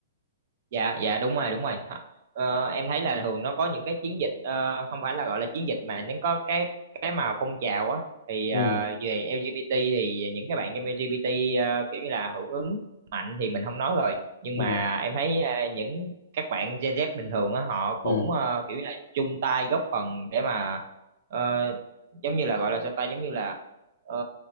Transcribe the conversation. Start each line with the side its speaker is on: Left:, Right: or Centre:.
Right: dạ dạ đúng rồi đúng rồi Hả? Ờ, em thấy là thường nó có những cái chiến dịch ờ, không phải là gọi là chiến dịch mà nó có cái cái mà phong trào á thì
Left: ừ
Right: ờ, về LGBT thì những cái bạn trong LGBT ờ, kiểu như là hưởng ứng mạnh thì mình không nói rồi nhưng
Left: ừ
Right: mà em thấy ờ, những các bạn Gen Z bình thường á họ cũng
Left: ừ
Right: ờ, kiểu như là chung tay góp phần để mà ờ, giống như là gọi là sao ta giống như là ờ,